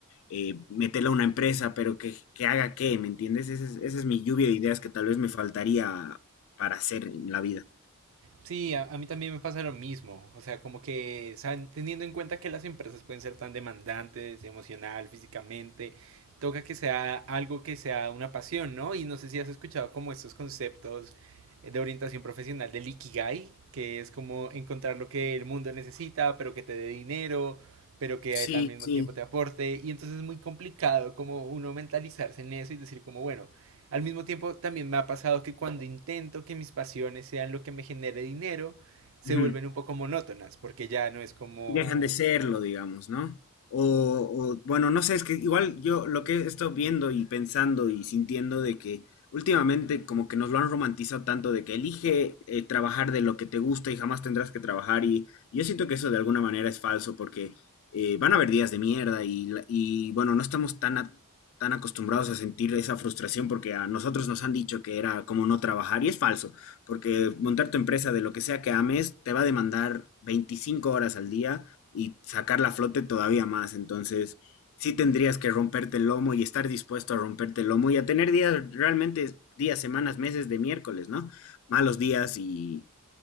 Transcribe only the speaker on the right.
Sí, a, a mí también me pasa lo mismo. O sea, como que, o teniendo en cuenta que las empresas pueden ser tan demandantes, emocional, físicamente, toca que sea algo que sea una pasión, ¿no? Y no sé si has escuchado como estos conceptos eh, de orientación profesional del Ikigai, que es como encontrar lo que el mundo necesita, pero que te dé dinero, pero que
eh, al mismo
tiempo te aporte. Y entonces es muy complicado como uno mentalizarse en eso y decir como, bueno, al mismo tiempo, también me ha pasado que cuando intento que mis pasiones sean lo que me genere dinero, se
vuelven un poco monótonas, porque ya no es como